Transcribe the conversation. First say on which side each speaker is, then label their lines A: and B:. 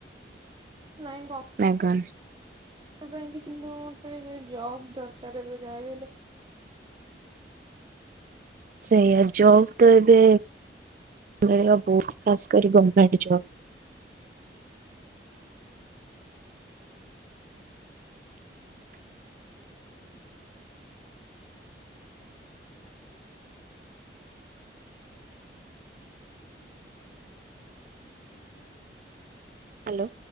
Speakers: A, on the right; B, on the right.
A: ନାଇଁ କ
B: ନାଇଁ କରନି।
A: ସେଥିପାଇଁ କିଛି ମୋ ତେ ଜବ୍ ଦରକାର ଏବେ ଯାହା ବି ହେଲେ
B: ସେଇଆ ଜବ୍ ତ ଏବେ, ମିଳିବା ବହୁତ ଖାସ କରି ଗଭର୍ମେଣ୍ଟ ଜବ୍। ଆଲୋ।